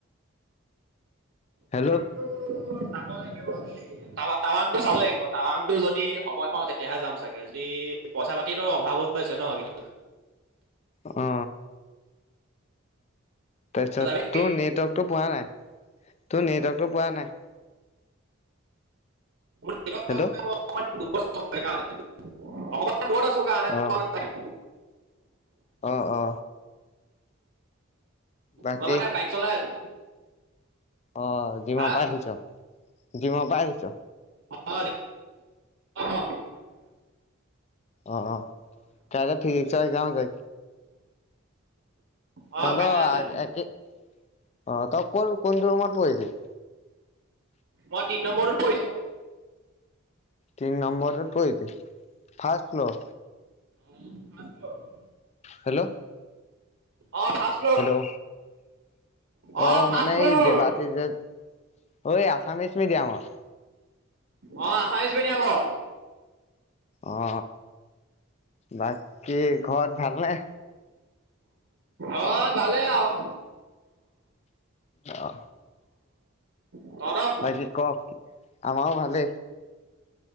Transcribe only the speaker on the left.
হেল্ল'।
অ। তাৰপিছত
তোৰ নেটৱৰ্কটো পোৱা নাই তোৰ নেটৱৰ্কটো পোৱা নাই।
হেল্ল'।
অ',
অ অ। বাকী
অ জিম
পা আহিছ জিম পা আহিছ।
অ কাইলৈ ফিজিক্সৰ একজাম যে।
তহতৰ
<inaudible> একে অ তই ক কোনটো ৰুমত পৰিলি।
তিনি নম্বৰ টোত পৰিলি ফাৰ্ষষ্ট ফ্ল'ৰ।
হেল্ল'।
হেল্ল'
অঁ
মানে
এই দেবাচিচ যে। অ এই আছামিছ মিডিয়ামত।
অ বাকী ঘৰত ভালনে।
অ।
বাকী ক আমাও ভালে।